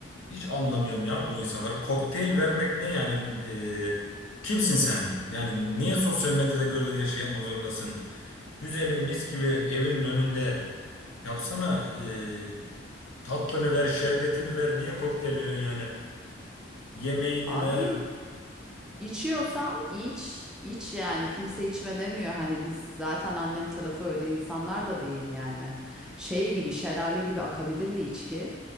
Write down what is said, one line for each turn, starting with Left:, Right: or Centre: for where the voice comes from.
Left: Hiç anlamıyorum ya bu insanlar. Kokteyl vermek ne yani? Eee, kimsin sen? Yani niye sosyal medyada gördüğün her şeyi yapmak zorundasın? Güzelim mis gibi evinin önünde yapsana. eee, tatlını ver, şerbetini ver. Niye kokteyl veriyorsun yani? Yemeğini
Centre: Abi
Left: ver.
Centre: içiyorsan iç. iç yani. Kimse içme demiyor. Hani biz zaten annem tarafı öyle insanlar da değil yani. Şey gibi şelale gibi akabilirdi içki.